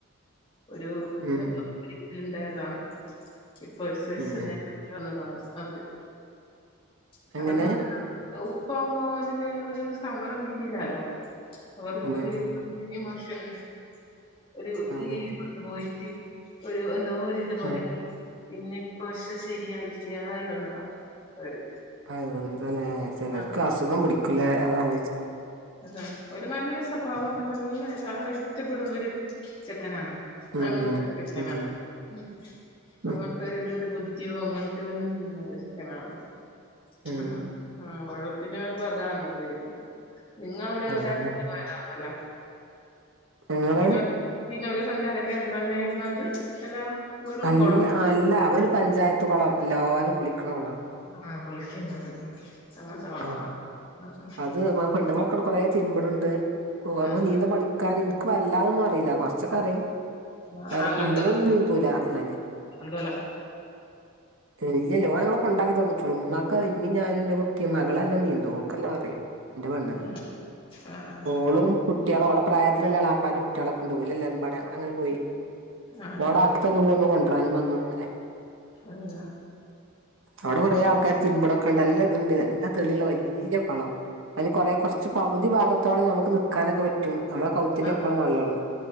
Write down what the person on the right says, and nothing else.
ഉം
ഉം
എങ്ങനെ
അതന്നെ
അതന്നെ
ഉം
അഹ് എന്താല്ലേ ചെലർക്ക്
അസുഖം പിടിക്കൂലേ അതാണ്...
ഉം
ഉം
ഉം
ഉം
അതന്നെ
ഞങ്ങള്
അല്ല
അല്ല അവര് പഞ്ചായത്ത് കുളം എല്ലാവരും കുളിക്കണ കുളാണ്...
ആ
അത് പെണ്ണുങ്ങളൊക്കെ അടേ കുറേ തിര്പണ് ണ്ട് മ്മൾക്ക്
നീന്ത
പഠിക്കാൻ ഇൻക്ക് വല്ലാതൊന്നും അറിയില്ല കുറച്ചൊക്കെ.. അറിമ്
ന്നാലും
കുണ്ടലൊന്നും നീന്തൂല ഞാന്...
ഇല്ല്യല്ലോ ഓൻ ഞങ്ങളെ ക്കെണ്ടാക്കി തന്ന്ട്ടൊള്ളു ഇമ്മാക് ഇമ്മീം ഞാനും ന്റെകു... <unintelligible> ക്ക് മകളല്ലാന്നേ ഓൾക് നല്ലം അറിയും ഇന്റെ പെണ്ണ്
ഓളും... കുട്ടിള്ള് ഓളെ പ്രായത്തിലുള്ള യാളപ്പാന്റെ കുട്ടീളൊക്കെ ഉണ്ട് ഒല് എല്ലാരുംപാടെ അവിടെ അങ്ങനെ പോയി...
ഓടേ ആക്കിത്തന്നു പോന്നു കൊണ്ട്രനും വന്നു അങ്ങനെ...
അവിടെ കൊറെ
ആൾക്കാര് തിരിപ്ണ് ക്കെണ് ഉണ്ട് നല്ല ഇതുണ്ട്... തെളിള്ള വല്ല്യകൊളം അതിന് കുറെ കുറച്ച് പകുതി ഭാഗത്തോള്ളം നമുക്ക് നിക്കാനൊക്കെ പറ്റും... മ്മളെ കൗത്തിന്റെപ്പം
വെള്ളം ഒള്ളൂ...